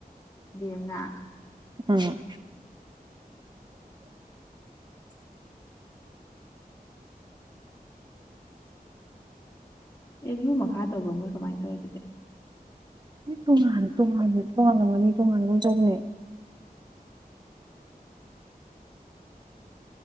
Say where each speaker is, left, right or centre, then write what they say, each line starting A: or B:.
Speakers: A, on the left; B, on the right.
A: ꯗꯦꯝꯅ
B: ꯑꯝ
A: ꯑꯦꯝ ꯌꯨ ꯃꯈꯥ ꯇꯧꯕ꯭ꯔꯣ ꯃꯣꯏ ꯀꯃꯥꯏꯅ ꯇꯧꯋꯦ ꯑꯗꯨꯗꯤ
B: ꯇꯣꯉꯥꯟ ꯇꯣꯉꯥꯟꯅ ꯇꯣꯉꯥꯂꯝꯒꯅꯤ ꯇꯣꯉꯥꯟꯕꯒꯨꯝꯇꯧꯕꯅꯦ